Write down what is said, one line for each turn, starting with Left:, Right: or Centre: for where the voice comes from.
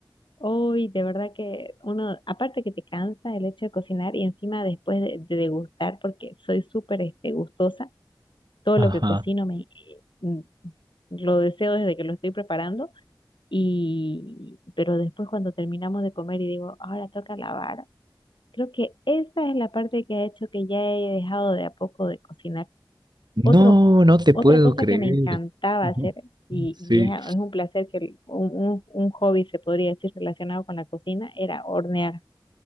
Left: Hoy, de verdad que uno, aparte que te cansa el hecho de cocinar y encima después de, de degustar, porque soy súper este, gustosa, todo
Right: Ajá.
Left: lo que cocino me, mm, lo deseo desde que lo estoy preparando. Y, pero después cuando terminamos de comer y digo, ahora toca lavar, creo que esa es la parte que ha hecho que ya he dejado de a poco de cocinar.
Right: No,
Left: Otro,
Right: no te
Left: otra
Right: puedo
Left: cosa
Right: creer.
Left: que me encantaba
Right: <laughs>
Left: hacer, y, y
Right: Sí.
Left: es, es un placer que, el- un, un, un hobby se podría decir relacionado con la cocina, era hornear.